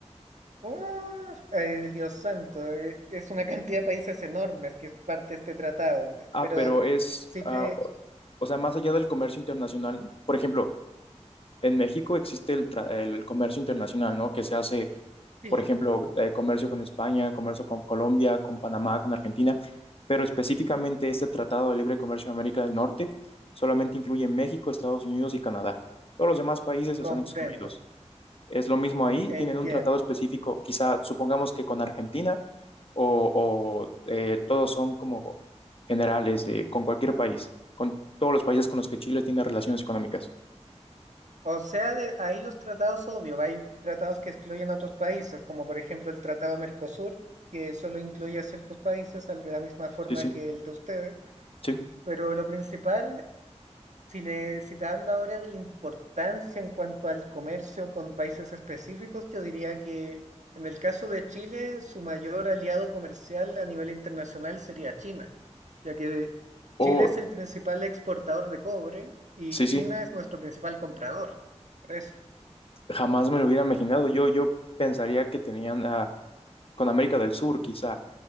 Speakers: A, on the right (about 85°); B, on the left (about 50°).
A: ¡Oh! el Dios santo, eh, es una cantidad de países enormes que es parte de este tratado,
B: Ah,
A: pero
B: pero es,
A: sí
B: ah,
A: te,
B: o o sea, más allá del comercio internacional, por ejemplo, en México existe el, tra- el comercio internacional, ¿no? Que se hace
A: sí,
B: por ejemplo, eh, comercio con España, comercio con Colombia, con Panamá, con Argentina, pero específicamente este Tratado de Libre Comercio en América del Norte solamente incluye México, Estados Unidos y Canadá. Todos los demás países están
A: comprendo,
B: excluidos. Es lo mismo ahí,
A: entiendo.
B: tienen un tratado específico, quizá supongamos que con Argentina o, o, eh, todos son como generales de, con cualquier país, con todos los países con los que Chile tiene relaciones económicas.
A: O sea, de, ahí los tratados, obvio, hay tratados que excluyen a otros países, como por ejemplo el Tratado Mercosur, que solo incluye a ciertos países, al de la misma forma
B: Sí, sí,
A: que el de ustedes,
B: sí.
A: pero lo principal Si, le, si te hablo ahora de la importancia en cuanto al comercio con países específicos, yo diría que en el caso de Chile, su mayor aliado comercial a nivel internacional sería China, ya que
B: O,
A: Chile es el principal exportador de cobre y
B: sí,
A: China
B: sí.
A: es nuestro principal comprador. Por eso,
B: Jamás me lo hubiera imaginado. Yo, yo pensaría que tenían ah, con América del Sur, quizá,